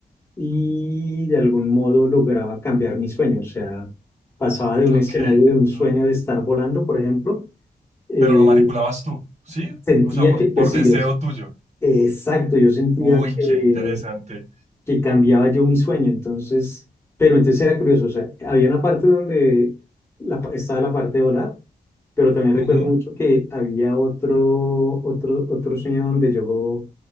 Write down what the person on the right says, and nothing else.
Ok,
l-
pero lo manipulabas tú, ¿sí?
O sea, por,
por
deseo
tuyo.
Uy,
qué interesante.
Ujú.